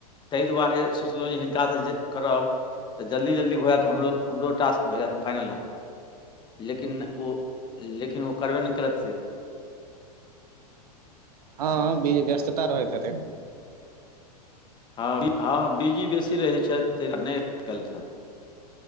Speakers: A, on the left; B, on the right.
A: ताहि दुआरे सोचलहुँ जे हिनकासँ जे करब तऽ जल्दी जल्दी भ जातरो हमरो टास्क भऽ जायत फाइनल लेकिन ओ लेकिन ओ करबे नहि करत से
B: हँ व्यस्तता रहैत हेतैन
A: हँ हँ बिजी बेसी रहैत छथि तँ नहि केलथि हे